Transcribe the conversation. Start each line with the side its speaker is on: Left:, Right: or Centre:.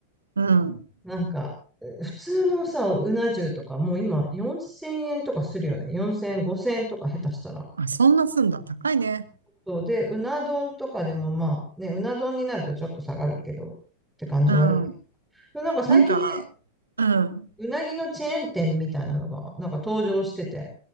Right: うん。
Centre: なんか、う普通のさ、うな重とか、もう今、4000円とかするよね。4000円、5000円とか下手したら。
Right: あ、そんなすんだ。高いね。
Centre: そう。で、うな丼とかでもまあ、ね、うな丼になるとちょっと下がるけど、って感じはあるけど。
Right: うん。
Centre: でもなんか最近ね、
Right: なんか、うん。
Centre: うなぎのチェーン店みたいなのが、なんか登場してて。